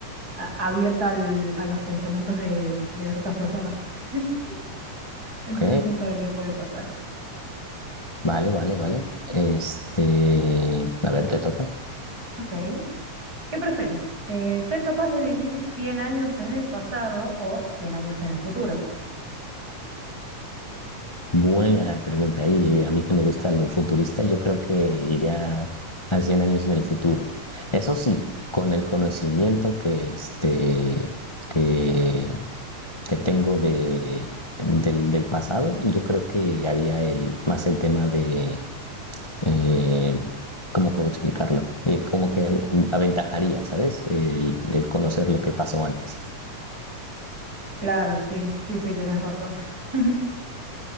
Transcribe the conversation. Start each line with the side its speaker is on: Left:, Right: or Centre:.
Right: a- abierta al- a los pensamientos de, de las otras personas. <laughs> Entonces,
Left: Ok,
Right: ¿quién sabe qué puede pasar?
Left: vale, vale, vale. Este, a ver, ¿te toca?
Right: Ok. ¿Qué preferís? Eh, ¿ser capaz de vivir 100 años en el pasado o 100 años en el futuro?
Left: Buena pregunta. Y a mí que me gusta lo futurista, yo creo que iría a 100 años en el futuro. Eso sí, con el conocimiento que, este, que, que tengo de, del, del pasado, yo creo que haría el, más el tema de, eh, ¿cómo puedo explicarlo? Eh, como que aventajaría, ¿sabes? El, el conocer lo que pasó antes.
Right: Claro, sí, sí, sí, tenés razón. <laughs>